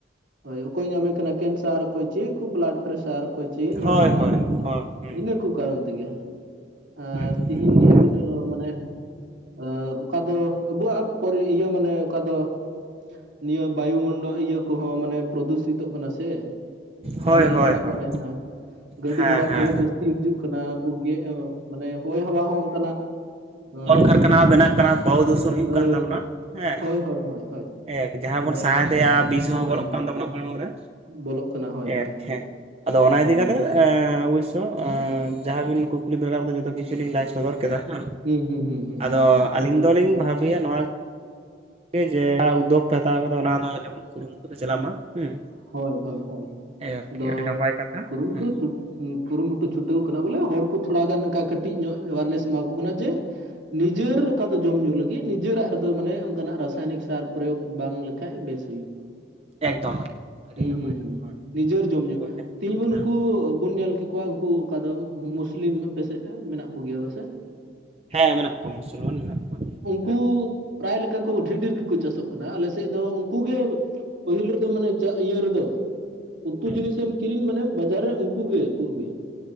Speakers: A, on the right; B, on the right.
A: ᱦᱳᱭ ᱚᱠᱚᱭ ᱧᱟᱢᱮ ᱠᱟᱱᱟ ᱠᱮᱱᱥᱟᱨ ᱚᱠᱚᱭ ᱪᱮᱫ ᱠᱩ ᱵᱞᱟᱰ ᱯᱮᱥᱟᱨ ᱠᱚ ᱪᱮ ᱧᱚᱢᱮ
B: ᱦᱳᱭ
A: ᱠᱟᱱᱟ?
B: ᱦᱳᱭ ᱦᱳᱭ ᱦᱩᱸ
A: ᱤᱱᱟᱹ ᱠᱚ ᱠᱟᱨᱚᱱ ᱛᱮᱜᱮ ᱟᱨ
B: ᱦᱩᱸ
A: ᱛᱤᱦᱮᱧ ᱟᱹᱵᱤᱱ ᱦᱚᱸ ᱢᱟᱱᱮ ᱟ ᱚᱠᱟ ᱫᱚ ᱟᱵᱩᱣᱟᱜ ᱯᱟᱨᱤ ᱤᱭᱟᱹ ᱢᱟᱱᱮ ᱚᱠᱟ ᱫᱚ ᱱᱤᱭᱟ ᱵᱟᱭᱩᱢᱚᱱᱰᱚ ᱤᱭᱟᱹ ᱠᱚᱦᱚᱸ ᱢᱟᱱᱮ ᱯᱨᱚᱫᱩᱥᱤᱛᱚᱜ ᱠᱟᱱᱟ ᱥᱮ,
B: ᱦᱳᱭ
A: ᱟᱭᱢᱟ ᱞᱮᱠᱟᱱᱟᱜ
B: ᱦᱳᱭ ᱦᱳᱭ
A: ᱢᱟᱱᱮ ᱜᱟᱹᱰᱤ
B: ᱦᱮᱸ
A: ᱜᱷᱚᱲᱟ
B: ᱦᱮᱸ
A: ᱠᱚᱦᱚᱸ ᱡᱟᱹᱥᱛᱤ ᱦᱤᱡᱩᱜ ᱠᱟᱱᱟ ᱟᱵᱩ ᱜᱮ ᱢᱟᱱᱮ ᱦᱚᱭ ᱦᱟᱵᱟ ᱦᱚ ᱚᱱᱠᱟᱱᱟᱜ ᱦᱮᱸ
B: ᱠᱚᱞᱠᱟᱨᱠᱷᱟᱱᱟ ᱦᱚᱸ ᱵᱮᱱᱟᱜ ᱠᱟᱱᱟ ᱵᱟᱦᱩ ᱫᱷᱩᱥᱚᱱ ᱦᱩᱭᱩᱜ
A: ᱦᱳᱭ
B: ᱠᱟᱱ ᱛᱟᱵᱚᱱᱟ ᱦᱮᱸ
A: ᱦᱳᱭ ᱦᱳᱭ ᱦᱳᱭ ᱦᱳᱭ
B: ᱮᱠ ᱡᱟᱦᱟᱸ
A: ᱢᱟᱱᱮ
B: ᱵᱚᱱ ᱥᱟᱦᱮᱫᱮᱭᱟ ᱵᱤᱥ
A: ᱦᱩᱸ
B: ᱦᱚᱸ ᱦᱚᱵᱚᱨᱚᱜ
A: ᱦᱩᱸ ᱦᱩᱸ
B: ᱠᱟᱱ ᱛᱟᱵᱚᱱᱟ ᱦᱚᱲᱢᱚ ᱨᱮ
A: ᱵᱚᱞᱚᱜ ᱠᱟᱱᱟ ᱦᱳᱭ
B: ᱮᱨᱮᱠ
A: ᱦᱳᱭ ᱦᱳᱭ
B: ᱦᱮ ᱟᱫᱚ ᱚᱱᱟ
A: ᱦᱩᱸ
B: ᱤᱫᱤ ᱠᱟᱛᱮ ᱵᱟᱹᱥ ᱛᱚ ᱡᱟᱦᱟᱸᱵᱤᱱ ᱠᱩᱠᱞᱤ ᱵᱮᱲᱟ ᱫᱚ ᱡᱚᱛᱚ ᱠᱤᱪᱷᱩᱞᱤᱧ ᱞᱟᱭ ᱥᱚᱫᱚᱨ ᱠᱮᱫᱟ ᱦᱟ
A: ᱦᱩᱸ ᱦᱩᱸ ᱦᱩᱸ ᱦᱩᱸ
B: ᱟᱫᱚ ᱟᱹᱞᱤᱧ
A: ᱟᱫᱚ
B: ᱫᱚᱞᱤᱧ ᱵᱷᱟᱵᱤᱭᱟ ᱱᱚᱣᱟ ᱡᱮ ᱡᱟᱦᱟᱸ ᱩᱫᱫᱚᱠ ᱯᱮ ᱦᱟᱛᱟᱣ ᱠᱟᱫᱟ ᱚᱱᱟ ᱫᱚ ᱡᱮᱢᱚᱱ ᱠᱩᱨᱩᱢᱩᱴᱩ ᱨᱮ ᱪᱟᱞᱟᱜ ᱢᱟ ᱦᱩᱸ
A: ᱦᱳᱭ ᱦᱳᱭ ᱦᱳᱭ
B: ᱟᱨᱠᱤ
A: ᱟᱫᱚ
B: ᱟᱹᱰᱤ ᱱᱟᱯᱟᱭ ᱠᱟᱛᱷᱟ
A: ᱠᱩᱨᱩᱢᱩᱴᱩ
B: ᱦᱩᱸ
A: ᱠᱩᱨᱩᱢᱩᱴᱩ ᱪᱷᱩᱴᱟᱹᱣ ᱠᱟᱱᱟ ᱵᱚᱞᱮ ᱦᱚᱲ ᱠᱚ ᱛᱷᱚᱲᱟ ᱜᱟᱱ ᱚᱱᱠᱟ ᱠᱟᱹᱴᱤᱡ ᱧᱚᱜ ᱮᱣᱟᱨᱱᱮᱥ ᱮᱢᱟ ᱠᱚ ᱠᱟᱱᱟ ᱡᱮ ᱱᱤᱡᱮᱨ ᱚᱠᱟ ᱫᱚ ᱡᱚᱢ ᱧᱩ ᱞᱟᱹᱜᱤᱫ ᱱᱤᱡᱮᱨᱟᱜ ᱨᱮᱫᱚ ᱢᱟᱱᱮ ᱚᱱᱠᱟᱱᱟᱜ ᱨᱟᱥᱟᱭᱱᱤᱠ ᱥᱟᱨ ᱯᱨᱚᱭᱳᱜ ᱵᱟᱝ ᱞᱟ ᱠᱷᱟᱡ ᱵᱮᱥ ᱦᱩᱭᱩᱜ
B: ᱮᱠᱫᱚᱢ ᱮᱠᱫᱚᱢ ᱟᱹᱰᱤ
A: ᱦᱩᱸ
B: ᱱᱟᱯᱟᱭ
A: ᱦᱩᱸ
B: ᱠᱟᱛᱷᱟ ᱦᱳᱭ
A: ᱱᱤᱡᱮᱨ ᱡᱚᱢ ᱧᱩ
B: ᱦᱮᱸ
A: ᱛᱤᱦᱤᱧ ᱵᱩᱱ ᱩᱱᱠᱩ ᱵᱩᱱ ᱧᱮᱞ ᱠᱮᱠᱚᱣᱟ ᱩᱱᱠᱩ ᱚᱠᱟ ᱫᱚ ᱢᱩᱥᱞᱤᱢ ᱟᱯᱮᱥᱮᱫ ᱢᱮᱱᱟᱜ ᱠᱚᱜᱮᱭᱟ ᱵᱟ ᱥᱮ?
B: ᱦᱮᱸ ᱢᱮᱱᱟᱜ ᱠᱚᱣᱟ ᱢᱩᱥᱚᱞᱢᱟᱱ ᱢᱮᱱᱟᱜ ᱠᱚᱣᱟ᱾ ᱦᱩᱸ
A: ᱠᱩ ᱯᱮᱨᱟᱭ ᱞᱮᱠᱟ ᱠᱚ ᱰᱷᱮᱨ ᱰᱷᱮᱨ ᱜᱮᱠᱚ ᱪᱟᱥᱚᱜ ᱠᱟᱱᱟ ᱟᱞᱮ ᱥᱮᱫ ᱫᱚ ᱩᱱᱠᱩ ᱜᱮ ᱯᱟᱹᱦᱤᱞ ᱨᱮᱫᱚ ᱢᱟᱱᱮ ᱪᱟᱜ ᱤᱭᱟᱹ ᱨᱮᱫᱚ, ᱩᱛᱩ
B: ᱦᱩᱸ
A: ᱡᱤᱱᱤᱥᱮᱢ ᱠᱤᱨᱤᱧ ᱢᱟᱱᱮ ᱵᱟᱡᱟᱨ ᱨᱮ ᱩᱱᱠᱩ ᱜᱮᱠᱚ ᱟᱹᱜᱩᱭᱟ᱾